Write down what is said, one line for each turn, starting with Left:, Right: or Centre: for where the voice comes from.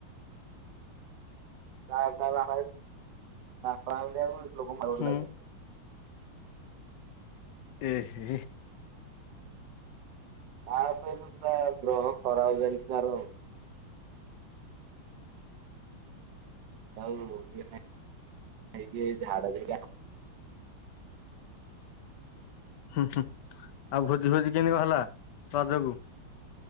Right: ତା <unintelligible> ମାଡ ଗୋଳ
Left: ହୁଁ
Right: ଲାଗିଲେଣି।
Left: ଏ ହେ।
Right: ତା ତ ଏରୁ ପୁରା ଗ୍ରହ ଖରାପ ଚାଲିଚି ତାର ଆଉ। ଆଉ ଟିକେ ନେଇକି ଝାଡ଼ା ଯାଇକି।
Left: ହୁଁ ହୁଁ। ଆଉ ଭୋଜି ଫୋଜି କେମିତି କଣ ହେଲା ରଜକୁ?